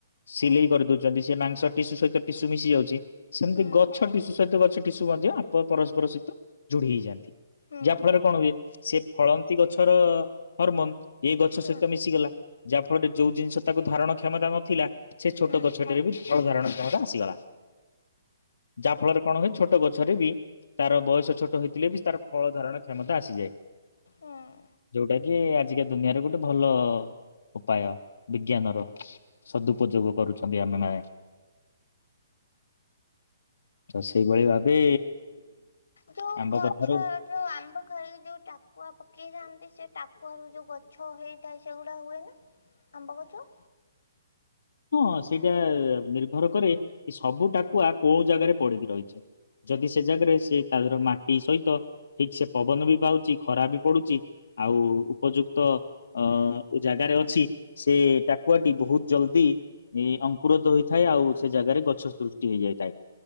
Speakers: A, on the left; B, on the left.
A: ସିଲେଇ କରି ଦଉଛନ୍ତି ସେ ମାଂସ ଟିସୁ ସହିତ ଟିସୁ ମିଶି ଯାଉଛି ସେମତି
B: ହୁଁ ହୁଁ ହୁଁ
A: ଗଛ ଟିସୁ ସହିତ ଗଛ ଟିସୁ ମଧ୍ୟ ଆପ ପରସ୍ପର ସହିତ ଯୋଡି ହେଇଯାଆନ୍ତି
B: ହୁଁ
A: ଯାହା ଫଳରେ କଣ ହୁଏ ସେ ଫଳନ୍ତି ଗଛର ହରମୋନ ଏ ଗଛ
B: ହୁଁ
A: ସହିତ ମିଶିଗଲା ଯାହା ଫଳରେ ଯୋଉ ଜିନିଷ ତାକୁ ଧାରଣ କ୍ଷମତା ନଥିଲା ସେ ଛୋଟ
B: ହୁଁ ହୁଁ ହୁଁ
A: ଗଛ ରେ ବି ଭଲ ଧାରଣ କ୍ଷମତା ଆସିଗଲା ଯାହା ଫଳରେ କଣ ହୁଏ ଛୋଟ ଗଛରେ ବି ତାର ବୟସ ଛୋଟ ହେଇଥିଲେ ବି ତାର ଫଳ ଧାରଣ କ୍ଷମତା ଆସିଯାଏ
B: ହୁଁ
A: ଯୋଉଟା କି ଆଜିକା ଦୁନିଆରେ ଗୋଟେ ଭଲ ଉପାୟ ବିଜ୍ଞାନର ସଦୁପଯୋଗ କରୁଛନ୍ତି ଆମେମାନେ ତ ସେଇଭଳି ଭାବେ।
B: ଯୋଉ
A: ଆମ୍ବ
B: ଗଛ
A: କଥାରୁ
B: ଯୋଉ ଆମ୍ବ ଖାଲି ଯୋଉ ଟାକୁଆ ପକେଇଥାନ୍ତି ସେ ଟା କୁଆର ଯୋଉ ଗଛ ହେଇଥାଏ ସେଗୁଡା ହୁଏ ନା ଆମ୍ବ ଗଛ।
A: ହଁ ସେଇଟା ନିର୍ଭର କରେ କି ସବୁ ଟାକୁଆ କୋଉ ଜାଗାରେ ପଡିକି ରହିଛି ଯଦି ସେ ଜାଗାରେ ସେ ତାର ମାଟି ସହିତ ଠିକ ସେ ପବନ ବି ପାଉଛି ଖରା ବି ପାଉଛି ଆଉ ଉପଯୁକ୍ତ ଅ ଜାଗାରେ ଅଛି ସେ ଟାକୁଆଟି ବହୁତ ଜଲଦି ଏ ଅଙ୍କୁୁରତ ହୋଇଇଥାଏ ଆଉ ସେ ଜାଗାରେ ଗଛ ସୃଷ୍ଟି ହେଇଯାଇଥାଏ